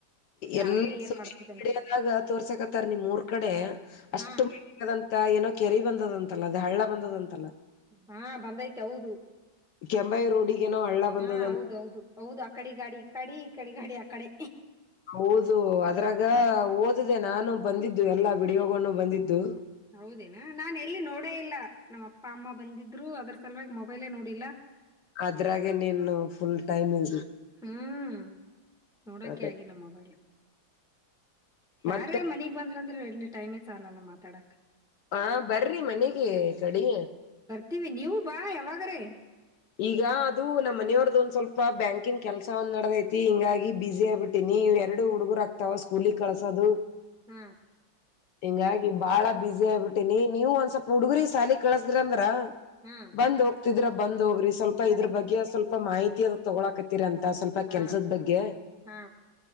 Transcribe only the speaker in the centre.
ರಾತ್ರಿ
ಏನ್
ಮಾಡ್ತದೇನ್
ಹಾ
ಹಾ ಬಂದೈತೆ ಹೌದು.
ಹಾ ಹೌದೌದು ಹೌದು ಆ ಕಡೆ ಗಾಡಿ ಈ ಕಡಿ ಈ ಕಡೆ ಗಾಡಿ ಆ ಕಡೆ.
ಹೌದೇನಾ ನಾನ್ ಎಲ್ಲಿ ನೋಡೇ ಇಲ್ಲ ನಮ್ಮ ಅಪ್ಪ ಅಮ್ಮ ಬಂದಿದ್ರು ಅದ್ರ. ಸಲುವಾಗಿ ಮೊಬೈಲೇ ನೋಡಿಲ್ಲ
ಹ್ಮ್ ನೋಡೋಕೆ
ಆಗಿಲ್ಲ ಮೊಬೈಲ್.
ಯಾರೇ ಮನಗ್ ಬಂದ್ರ ಅಂದ್ರೆ ಎಲ್ಲಿ ಟೈಮೇ ಸಾಲ್ಲಲ್ಲ ಅಲ್ಲ ಮಾತಾಡಕ್.
ಕ್ವಿ ನೀವು ಬಾ ಯಾವಾಗ ರೇ
ಹ್ಮ್
ಹಾ
ಅದೇ
ಹಾ
ಹಾ